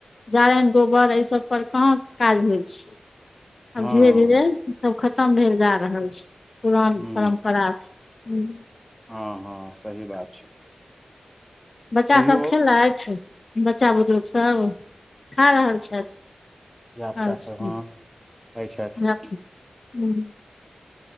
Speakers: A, on the left (about 75°); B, in the centre.
A: जारनि गोबर ऐ सब पर कहाँ काज होइ छै आब
B: हँ
A: धीरे धीरे सब खतम भेल जा रहल छै पुरान
B: हूं
A: परम्परासब हूँ
B: हँ हँ सही बात छै
A: बच्चा
B: तैयो
A: सभ खेलथि बच्चा बुजुर्ग सब खा रहल छथि
B: धिया पुता
A: अच्छा
B: सब हँ खाइ छथि
A: र हुँ